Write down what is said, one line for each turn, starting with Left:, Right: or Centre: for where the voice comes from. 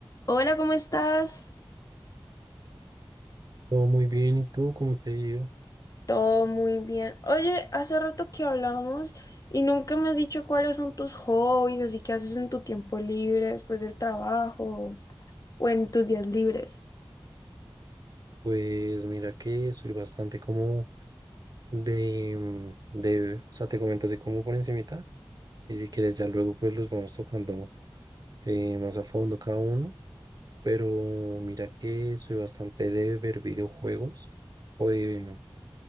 Left: Hola, ¿cómo estás?
Right: Todo muy bien, ¿y tú cómo te ha ido?
Left: Todo muy bien. Oye, hace rato que hablamos y nunca me has dicho cuáles son tus hobbies, así que haces en tu tiempo libre después del trabajo o en tus días libres.
Right: Pues mira que soy bastante como de, mm, de, o sea, te comento así como por encimita, y si quieres ya luego pues los vamos tocando eh, más a fondo cada uno, pero mira que soy bastante de ver videojuegos, o de,